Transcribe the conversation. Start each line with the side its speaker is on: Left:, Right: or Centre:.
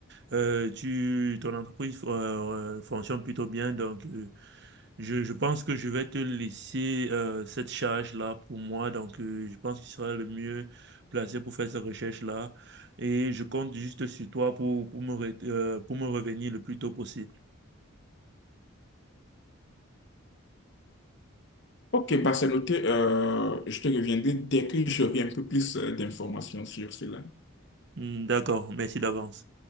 Right: euh, tu, ton entreprise euh, euh, fonctionne plutôt bien, donc euh, Je, je pense que je vais te laisser euh, cette charge-là pour moi. Donc, euh, je pense que tu seras le mieux placé pour faire cette recherche-là. Et je compte juste sur toi pour, pour me, re- euh, pour me revenir le plus tôt possible.
Left: Ok, bah c'est noté. Euh, je te reviendrai dès que j'aurai un peu plus euh, d'informations sur cela.
Right: Hmm, D'accord, merci d'avance.